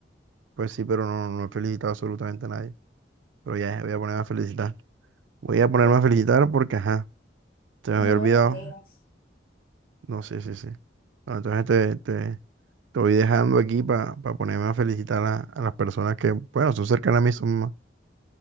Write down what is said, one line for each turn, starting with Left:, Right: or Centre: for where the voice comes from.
Right: Pues sí, pero no, no he felicitado absolutamente a nadie. Pero ya voy a ponerme a felicitar. Voy a ponerme
Left: Sí,
Right: a felicitar
Left: sí.
Right: porque, ajá, se me
Left: No
Right: había olvidado.
Left: deberías.
Right: No, sí, sí, sí. Bueno, entonces te, te, te voy dejando aquí para ponerme a felicitar a, a las personas que, bueno, son cercanas a mí, son más.